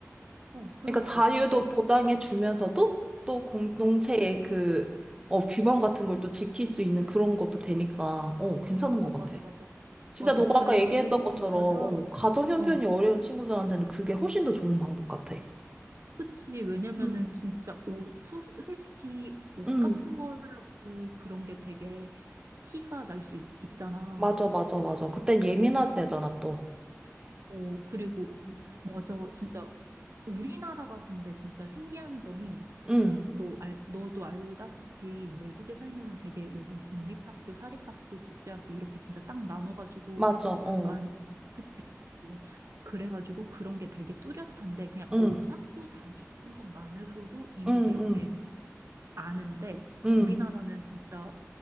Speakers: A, on the right; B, on the right.
A: 어, 그러니까,
B: 그러니까 자유도
A: 그러니까,
B: 보장해 주면서도 또 공동체의 그 어, 규범 같은 걸 또 지킬 수 있는 그런 것도 되니까 어, 괜찮은
A: 어,
B: 것 같아.
A: 맞아, 맞아,
B: 진짜
A: 맞아.
B: 너가
A: 그래서,
B: 아까 얘기했던
A: 어, 그-
B: 것처럼
A: 어, 맞아.
B: 어, 가정 형편이
A: 어,
B: 어려운 친구들한테는 그게 훨씬 더 좋은 방법 같아.
A: 그치. 왜냐면은
B: 음,
A: 진짜 옷, 소, 솔직히 옷
B: 응,
A: 같은 걸로도 그런 게 되게 티가 날 수 있잖아.
B: 맞아, 맞아, 맞아. 그땐 예민할
A: 어,
B: 때잖아, 또.
A: 어, 그리고
B: 음.
A: 맞아. 진짜 우리나라가 근데 진짜 신기한 점이
B: 응,
A: 너 알, 너도 알다시피 외국에 살면은 되게 여긴 공립학교, 사립학교, 국제학교 이렇게 진짜 딱 나눠가지고
B: 맞아, 어.
A: 약간 그치 그치 그래가지고 그런 게 되게 뚜렷한데 그냥
B: 응,
A: 어디 학교 다니는 것만으로도 이미
B: 응,
A: 이렇게
B: 응,
A: 아는데
B: 응,
A: 우리나라는 진짜